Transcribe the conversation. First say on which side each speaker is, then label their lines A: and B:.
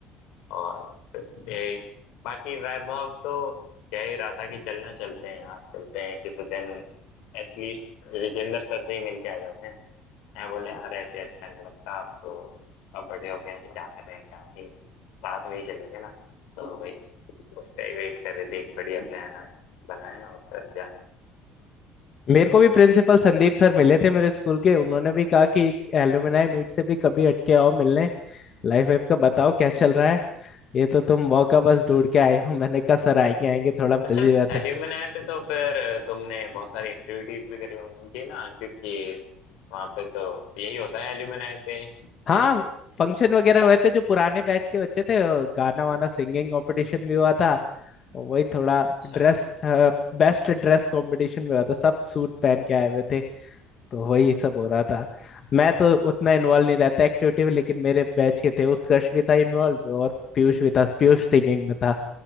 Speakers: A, on the left; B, on the left.
A: और यही बाकी वैभव तो कह ही रहा था कि चलना चलते हैं यार चलते हैं किसी दिन एटलीस्ट विजेंद्र सर से ही मिल के आ जाते हैं मैं बोले यार ऐसे अच्छा नहीं लगता आप तो अब बड़े हो गए हैं क्या करें क्या नहीं साथ में ही चलेंगे ना तो भाई उसका ही वेट कर रहे थे एक बढ़िया प्लान आए बनाए और फिर क्या
B: मेरे को भी प्रिंसिपल संदीप सर मिले थे मेरे स्कूल के उन्होंने भी कहा कि एक एलुमनाई मीट से भी कभी हटके आओ मिलने लाइफ वाइफ का बताओ क्या चल रहा है ये तो तुम मौका बस ढूंढ के आए हो <laughs> मैंने कहा सर आएंगे आएंगे थोड़ा बिजी
A: अच्छा
B: रहते
A: एल्यूमिनाई
B: हैं
A: पे तो फिर तुमने बहुत सारी एक्टिविटीज भी करी होंगी ना क्योंकि वहां पे तो यही होता है एल्यूमिनाई पे
B: हाँ
A: है ना
B: फंक्शन वगैरह हुए थे जो पुराने बैच के बच्चे थे वो गाना वाना सिंगिंग कंपटीशन भी हुआ था और वही थोड़ा
A: अच्छा
B: ड्रेस बेस्ट ड्रेस कंपटीशन भी हुआ था सब सूट पहन के आए हुए थे तो वही सब हो रहा था मैं तो उतना इन्वॉल्व नहीं रहता एक्टिविटी में लेकिन मेरे बैच के थे उत्कर्ष भी था इन्वॉल्व और पीयूष भी था पीयूष सिंगिंग में था